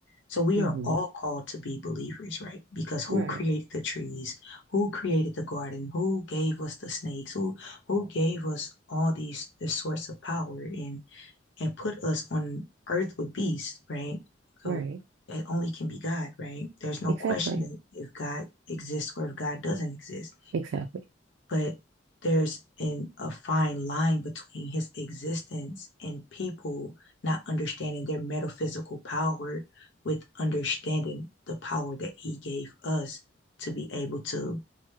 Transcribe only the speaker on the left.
So we
are all called to be believers, right? Because who
created the trees? Who created the garden? Who gave us the snakes? Who who gave us all these this source of power? And and put us on earth with beasts, right? So
it only can be God, right? There's no
question that if God exists or if God doesn't exist.
But there's an, a fine line between his existence and people not understanding their metaphysical power with understanding the power that he gave us to be able to